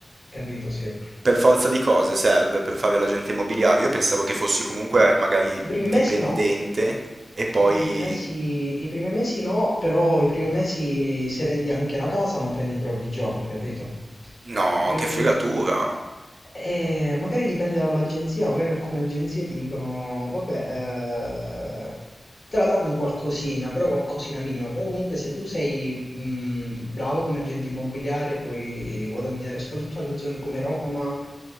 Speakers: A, on the left; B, on the right.
A: capito, sì.
B: Per forza di cose serve per fare l'agente immobiliare. Io pensavo che fossi comunque magari
A: I primi
B: dipendente
A: mesi no,
B: e poi...
A: I primi mesi, i primi mesi no, però i primi mesi se vendi anche la casa non prendi provvigioni, capito?
B: No,
A: I primi...
B: che fregatura.
A: Eh, magari dipende dall'agenzia, magari alcune agenzie ti dicono, vabbè, eh, te la danno qualcosina, però qualcosina minima, però comunque se tu sei mh, bravo come agente immobiliare puoi guadagnare, soprattutto nelle zone come Roma,